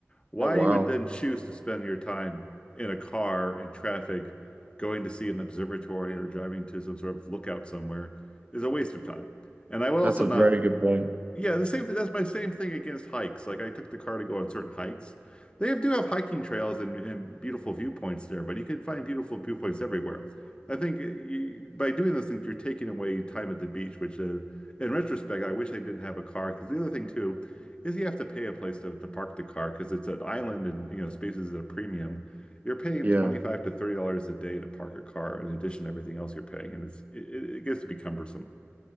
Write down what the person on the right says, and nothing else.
Oh, wow.
That's a
very good point.
Yeah.